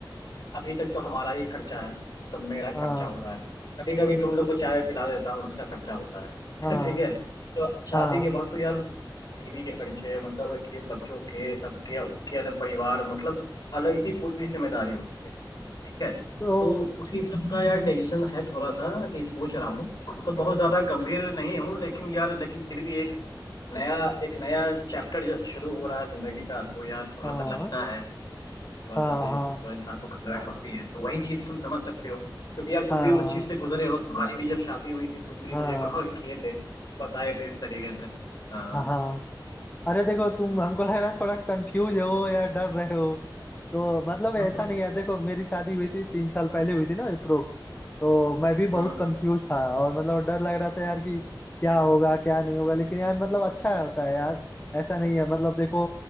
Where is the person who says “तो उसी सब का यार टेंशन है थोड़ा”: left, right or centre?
Left